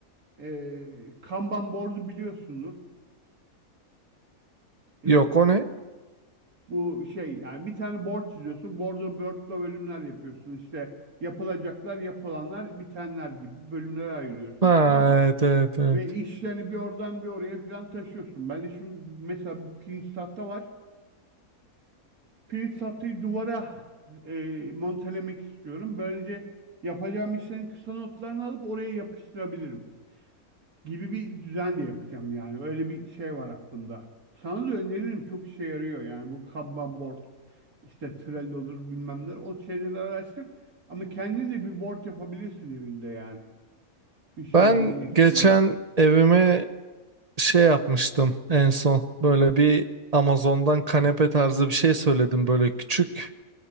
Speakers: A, on the right; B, on the right.
A: e, Kanban board'u biliyorsundur, değil
B: Yok
A: mi?
B: o ne?
A: Bu şey yani bir tane board çiziyorsun. Bordo börtlo bölümler yapıyorsun. İşte yapılacaklar, yapılanlar, bitenler gibi bölümlere ayırıyorsun
B: Ha,
A: tamam mı?
B: evet evet evet.
A: Ve işlerini bir oradan bir oraya falan taşıyorsun. Ben de şimdi mesela bir pirinç tahta var. Pirinç tahtayı duvara e, montelemek istiyorum. Böylece yapacağım işlerin kısa notlarını alıp oraya yapıştırabilirim gibi bir düzen de yapacağım yani. Öyle bir şey var aklımda. Sana da öneririm çok işe yarıyor yani bu Kanban board. işte Trello olur bilmem neler. O şeyleri araştır. Ama kendin de bir board yapabilirsin evinde yani. Müşteriler
B: Ben
A: ne istiyor?
B: geçen evime şey yapmıştım en son böyle bir Amazon'dan kanepe tarzı bir şey söyledim böyle küçük